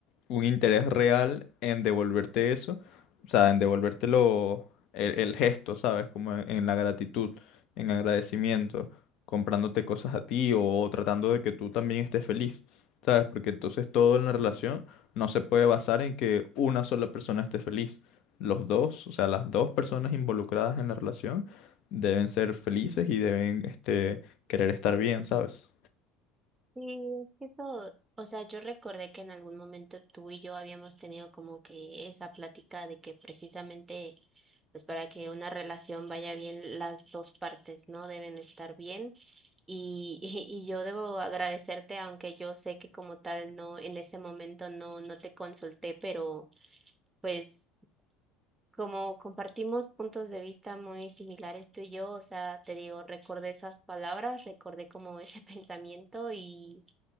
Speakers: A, on the left; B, on the right.
A: un interés real en devolverte eso, o sea, en devolvértelo el, el gesto, ¿sabes? Como en, en la gratitud, en agradecimiento, comprándote cosas a ti o, o tratando de que tú también estés feliz, ¿sabes? Porque entonces todo en la relación no se puede basar en que una sola persona esté feliz. Los dos, o sea, las dos personas involucradas en la relación deben ser felices y deben, este, querer estar bien, ¿sabes?
B: Sí, es que eso, o sea, yo recordé que en algún momento tú y yo habíamos tenido como que esa plática de que precisamente, pues para que una relación vaya bien, las dos partes, ¿no? Deben estar bien. Y, <laughs> y, y yo debo agradecerte, aunque yo sé que como tal no, en ese momento no, no te consulté, pero pues como compartimos puntos de vista muy similares tú y yo, o sea, te digo, recordé esas palabras, recordé como ese <laughs> pensamiento y